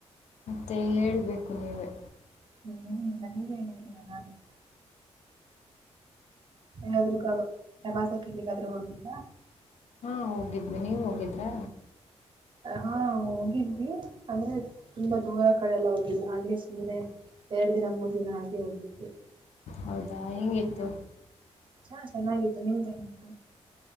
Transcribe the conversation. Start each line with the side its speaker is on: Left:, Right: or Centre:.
Left: ಮತ್ತೆ ಹೇಳ್ಬೇಕು ನೀವೇ.
Right: ನೀನ ಇಲ್ಲ ನೀವೇ ಹೇಳಿ ಏನಾದ್ರೂ. ಯಾದ್ರೂ ಪ್ರವಾಸಕ್ಕೆಲ್ಲಿಗಾದ್ರೂ ಹೋಗಿದ್ರಾ?
Left: ಹಾ ಹೋಗಿದ್ವಿ. ನೀವು ಹೋಗಿದ್ರಾ?
Right: ಹಾ ಹೋಗಿದ್ವಿ ಅಂದ್ರೆ ತುಂಬಾ ದೂರ ಕಡೆೆಯೆಲ್ಲ ಹೋಗಿಲ್ಲ ಹಂಗೆ ಸುಮ್ಮ್ನೆ ಎರಡು ದಿನ ಮೂರ್ ದಿನ ಹಾಗೆ ಹೋಗಿದ್ವಿ.
Left: ಹೌದಾ ಹೆಂಗಿತ್ತು?
Right: ಹ್ಮ್ ಚಾ ಚೆನ್ನಾಗಿತ್ತು ನಿಮ್ದು ಹೆಂಗಿತ್ತು?